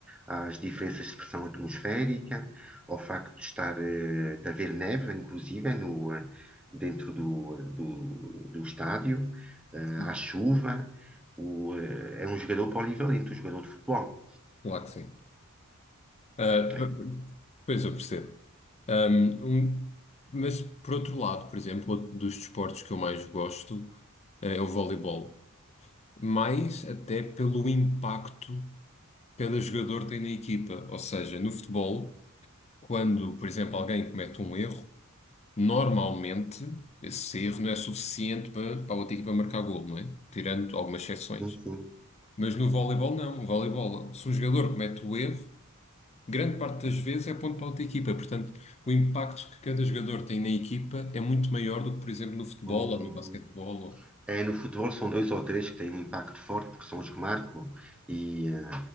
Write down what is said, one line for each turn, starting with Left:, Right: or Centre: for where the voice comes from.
Centre: às diferenças de pressão atmosférica, ao facto de estar uh, de haver neve, inclusive, no, uh, dentro do, eh, do, do estádio, uh,
Left: sim,
Centre: à chuva. O, uh, é um jogador polivalente, um jogador de futebol.
Left: claro que sim. Ah,
Centre: É.
Left: v- v- pois eu percebo. Ahm, um- mas por outro lado, por exemplo, outro dos desportos que eu mais gosto eh, é o voleibol, mais até pelo impacto que cada jogador tem na equipa. Ou seja, no futebol, quando, por exemplo, alguém comete um erro, normalmente esse erro não é suficiente para, para a outra equipa marcar golo, não é? Tirando algumas exceções.
Centre: Sim, sim.
Left: Mas no voleibol, não. No voleibol, se um jogador comete o erro, grande parte das vezes é ponto para outra equipa. Portanto, o impacto que cada jogador tem na equipa é muito maior do que, por exemplo, no futebol
Centre: Hum.
Left: ou no basquetebol. Ou...
Centre: É, no futebol são dois ou três que têm um impacto forte, porque são os que marcam, e, eh,